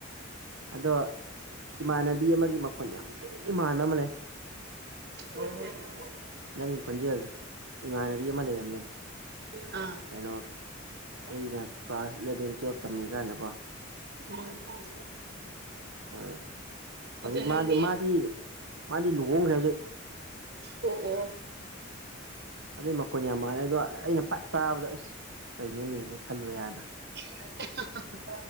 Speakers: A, on the right (about 75°); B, on the right (about 55°).
A: ꯑꯗꯣ ꯏꯃꯥꯟꯅꯕꯤ ꯑꯃꯒꯤ ꯃꯈꯣꯟ ꯌꯥꯝ ꯇꯦ ꯃꯥꯟꯕ ꯑꯃ ꯂꯩ
B: ꯑꯣ
A: ꯅꯪꯒꯤ ꯈꯣꯟꯖꯦꯜꯁꯦ ꯏꯃꯥꯟꯅꯕꯤ ꯑꯃ ꯂꯩꯔꯝꯃꯦ
B: ꯑꯥ
A: ꯀꯩꯅꯣ ꯑꯩꯅ ꯀ꯭ꯂꯥꯁ ꯏꯂꯚꯦꯟ ꯇꯨꯋꯜꯞ ꯇꯝꯃꯤ ꯀꯥꯟꯗꯀꯣ
B: ꯎꯝ
A: ꯑ ꯍꯧꯖꯤꯛ
B: ꯑꯗꯨ ꯅꯪꯗꯤ
A: ꯃꯥꯗꯤ ꯃꯥꯗꯤ ꯃꯥꯗꯤ ꯂꯨꯍꯣꯡꯈ꯭ꯔꯦ ꯍꯧꯖꯤꯛ
B: ꯑꯣ ꯑꯣ
A: ꯑꯗꯨꯏ ꯃꯈꯣꯟ ꯌꯥꯝ ꯃꯥꯜꯂꯦ ꯑꯗꯣ ꯑꯩꯅ ꯄꯠ ꯇꯥꯕꯗ ꯑꯁ ꯀꯩꯅꯣꯅꯤ ꯑꯩ ꯈꯜꯂꯨꯔꯦ ꯍꯥꯟꯅ
B: <unintelligible>